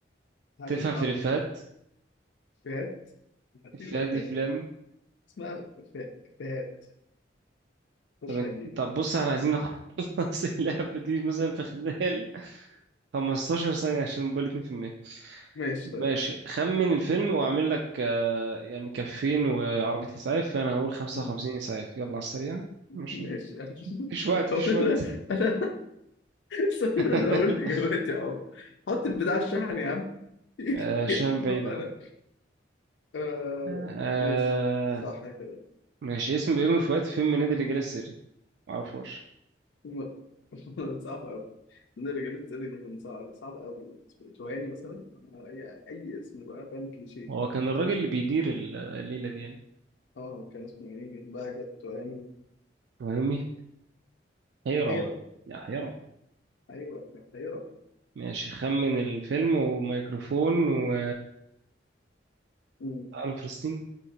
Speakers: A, on the left; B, on the right.
A: هتتقطع
B: تفهم في الافيهات
A: فات هديل
B: افيهات
A: إفيهات
B: افلام
A: اسمها إفيه- إفيهات خش
B: طب انت-
A: هجيلك
B: طب بص احنا عايزين نخلص <laughs> اللعبة دي مثلا في خلال 15 ثانية عشان نبقى 2%
A: ماشي طيب
B: ماشي خمن الفيلم واعمل لك آه، يعني كفين وعربية اسعاف فانا هقول 55
A: مم.
B: اسعاف يلا على السريع ماشي
A: ماشي يعني <laughs>
B: مفيش وقت
A: طب
B: مفيش
A: انا
B: وقت
A: انا استنى
B: <laughs>
A: أنا اللي اقول الاجابات يا عم حط البتاع على الشحن يا عم <laughs>
B: آه، شام
A: ما
B: بعيد
A: أنا
B: اهو
A: آه
B: آه،
A: ماشي صح كده
B: ماشي اسم بيومي فؤاد في فيلم نادي الرجال السري معرفوش
A: م- <laughs> صعب أوي نرجع للسؤال ده كان صعب صعب أوي اسمه توهاني مثلا آه، أي أي اسم بقى فاهم كليشيه
B: هو كان الراجل اللي بيدير ال- الليلة دي يعني
A: اه كان اسمه إيه بهجت توهاني
B: فاهمني حيرام
A: حيرة
B: يا حيرام
A: أيوه كان حيرة
B: ماشي خمن الفيلم وميكروفون و
A: أمم،
B: عالم فلسطين